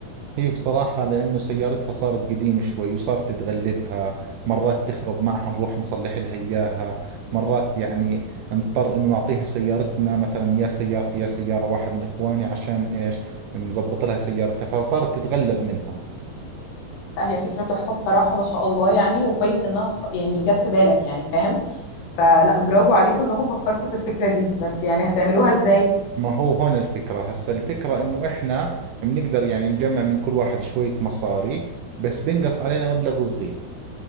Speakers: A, on the right (about 75°); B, on the left (about 90°).
A: هي بصراحة لأنه سيارتها صارت قديمة شوي وصارت تتغلبها مرات تخرب معها نروح نصلح لها إياها مرات يعني نضطر إنه نعطيها سيارتنا مثلا يا سيارتي يا سيارة واحد من إخواني عشان إيش نظبط لها سيارتها فصارت تتغلب منها
B: لا هي فكره تحفه الصراحه ما شاء الله يعني وكويس انها خ- يعني جت في بالك يعني فاهم فلا برافو عليكم انكم فكرتوا في الفكره دي بس يعني هتعملوها ازاي
A: ما هو هون الفكرة هسا الفكرة انه احنا بنقدر يعني نجمع من كل واحد شوية مصاري بس بنقص علينا مبلغ صغير